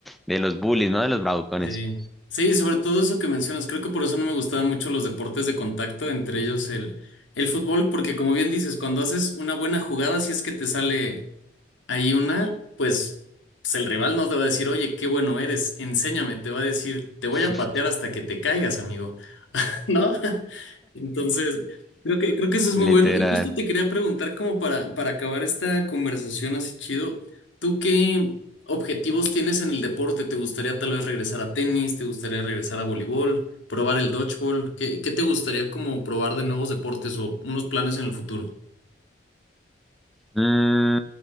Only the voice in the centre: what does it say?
de los bullies, ¿no? De los bravucones.
<laughs>
Literal.
Mm,